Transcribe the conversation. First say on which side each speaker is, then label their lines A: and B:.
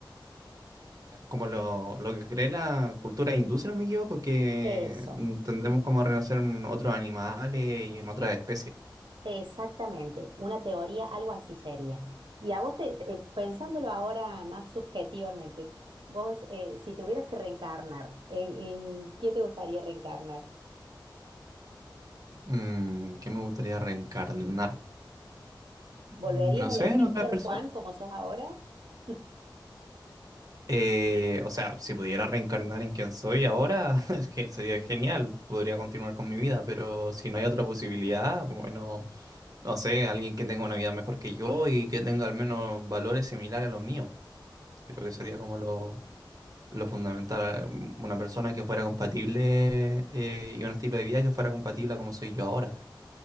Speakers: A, on the right; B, on the right.
A: Como lo, lo que cree la cultura hindú, si no me equivoco, que
B: Eso,
A: mm, tendemos como a renacer en otros animales y en otras especies.
B: exactamente, una teoría, algo así sería. Y a vos, te- te- eh, pensándolo ahora más subjetivamente, vos, eh, si tuvieras que reencarnar, ¿en, en qué te gustaría reencarnar?
A: Mm, ¿qué me gustaría reencarnar?
B: ¿Volverías
A: No
B: a
A: sé,
B: elegir
A: en otra
B: ser
A: persona.
B: Juan como sos ahora? <laughs>
A: Eh, o sea, si pudiera reencarnar en quien soy ahora, <laughs> es que sería genial, podría continuar con mi vida, pero si no hay otra posibilidad, bueno, no sé, alguien que tenga una vida mejor que yo y que tenga al menos valores similares a los míos. Creo que sería
B: Mm.
A: como lo, lo fundamental, eh, una persona que fuera compatible eh, y un estilo de vida que fuera compatible a como soy yo ahora.